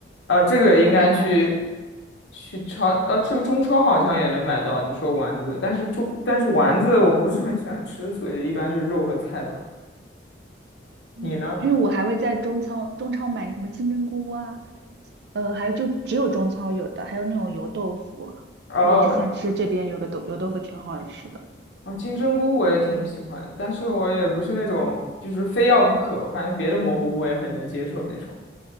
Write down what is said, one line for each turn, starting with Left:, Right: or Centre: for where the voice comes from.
Left: 啊，这个应该去
Right: 火锅丸子。
Left: 去超，呃、这个中超好像也能买到。你说丸子，但是中但是丸子我不是很喜欢吃，
Right: 嗯，
Left: 所以一般就是肉和菜吧。
Right: 嗯，
Left: 你呢？
Right: 因为我还会在中超中超买什么金针菇啊，呃，还有就只有中超有的，还有那种油豆腐啊。
Left: 哦，
Right: 就我之前吃这边有个豆油豆腐挺好吃的。
Left: 啊，金针菇我也挺喜欢的但是我也不是那种就是非要不可。我感觉别的蘑菇我也很能接受那种。